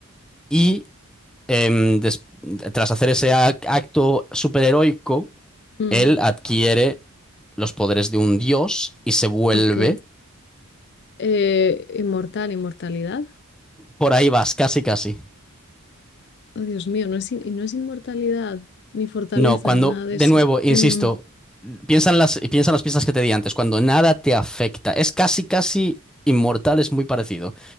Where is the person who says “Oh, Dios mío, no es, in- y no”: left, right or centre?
Left